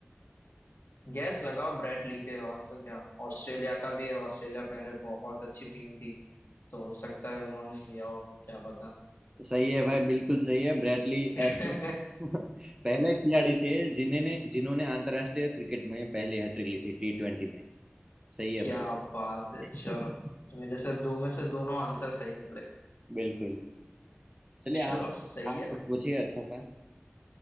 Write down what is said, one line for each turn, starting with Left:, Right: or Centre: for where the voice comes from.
Left: गैस लगाओ ब्रेट ली पे और तो क्या ऑस्ट्रेलिया का भी है ऑस्ट्रेलिया पहले बहुत अच्छी टीम थी तो हो सकता है उन्होंने लिया हो क्या पता
Right: सही है भाई बिल्कुल सही है ब्रेटली
Left: <laughs>
Right: ऐसे <laughs> पहले खिलाड़ी थे जिन्होंने जिन्होंने अंतर्राष्ट्रीय क्रिकेट में पहली हैट्रिक ली थी टी ट्वेंटी में सही है
Left: क्या
Right: भाई
Left: बात है चलो
Right: <laughs>
Left: तो मेरे से दो में से दोनों आंसर सही निकले
Right: बिल्कुल चलिए
Left: चलो
Right: आप
Left: सही
Right: आप
Left: है
Right: कुछ पूछिए अच्छा सा